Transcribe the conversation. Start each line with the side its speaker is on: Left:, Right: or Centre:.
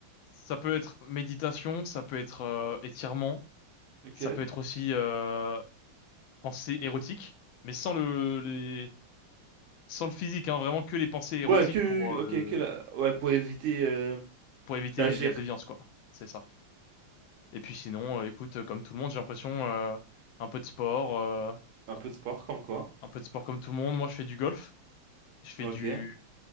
Left: ça peut être méditation, ça peut être euh, étirement,
Right: Ok.
Left: ça peut être aussi euh, pensée érotique, mais sans le, les, sans le physique, hein, vraiment que les pensées érotiques
Right: Ouais, que,
Left: pour,
Right: ok,
Left: euh,
Right: que la- ouais, pour éviter euh,
Left: pour éviter
Right: d'agir.
Left: les- la déviance, quoi. C'est ça. Et puis sinon, euh, écoute, euh, comme tout le monde, j'ai l'impression, euh, un peu de sport, euh,
Right: Un peu de sport, comme quoi.
Left: un peu de sport comme tout le monde. Moi, je fais du golf, je fais
Right: Ok.
Left: du